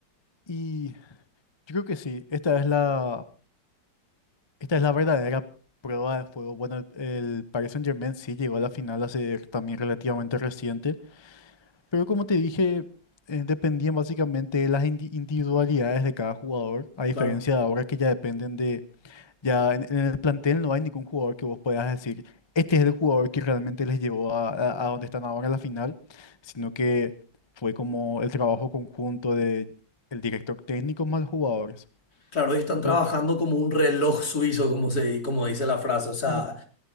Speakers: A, on the left; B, on the left.
A: Y yo creo que sí, esta es la, esta es la verdadera prueba de fuego. Bueno, el, el Paris Saint-Germain sí llegó a la final hace también relativamente reciente, pero como te dije, eh, dependían básicamente de las indi- individualidades de cada jugador, a diferencia
B: Claro.
A: de ahora que ya dependen de Ya en, en el plantel no hay ningún jugador que vos puedas decir, este es el jugador que realmente les llevó a, a- a donde están ahora en la final, sino que fue como el trabajo conjunto de el director técnico más los jugadores.
B: Claro, y están
A: Pero,
B: trabajando como un reloj suizo, como se, como dice la frase. O sea,
A: ¿y